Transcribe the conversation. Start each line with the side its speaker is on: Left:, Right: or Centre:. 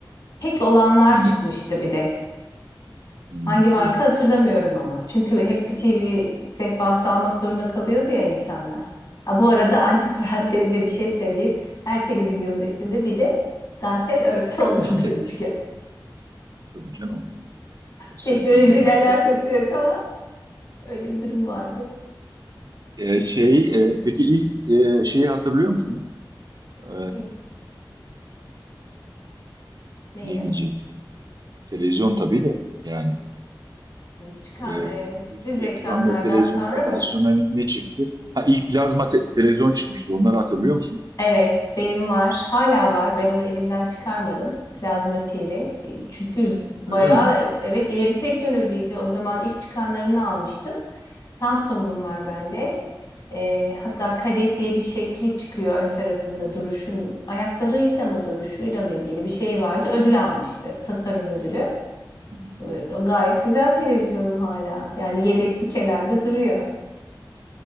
Left: Tek olanlar
Right: hmm,
Left: çıkmıştı bir de.
Right: hmm,
Left: Hangi marka
Right: evet.
Left: hatırlamıyorum ama. Çünkü hep bir TV sehpası almak zorunda kalıyordu ya insanlar. Ha, bu arada antiparantezde <laughs> bir şey söyleyeyim. Her televizyonun üstünde bir de dantel örtü olurdu
Right: Dante
Left: <laughs> üçgen.
Right: tabii canım. O 80'lerin
Left: Teknolojiyle alakası
Right: klasik.
Left: yok ama öyle bir durum vardı.
Right: E, şey e, peki ilk e, şeyi hatırlıyor musun? E,
Left: Ne? Neyi?
Right: ne diyecektim? Televizyon tabii de yani.
Left: Çıkan
Right: E,
Left: e,
Right: düz
Left: düz
Right: ekranlı
Left: ekranlardan
Right: televizyonlardan
Left: sonra mı?
Right: sonra ne, ne çıktı? Ha ilk plazma te- televizyon çıkmıştı. Onları hatırlıyor musun?
Left: Evet, benim var. Hala var. Ben onu elimden çıkarmadım. Plazma TV. E, Çünkü z- bayağı
Right: Öyle mi?
Left: e, evet ileri teknolojiydi. O zaman ilk çıkanlarını almıştım. Samsung'um var bende. E, hatta kadeh diye bir şekli çıkıyor ön tarafında duruşun ayaklarıyla mı duruşuyla mı ilgili bir şey vardı. Ödül almıştı. Tasarım ödülü.
Right: Hmm.
Left: E, Gayet güzel televizyonum hala. Yani yedek bir kenarda duruyor.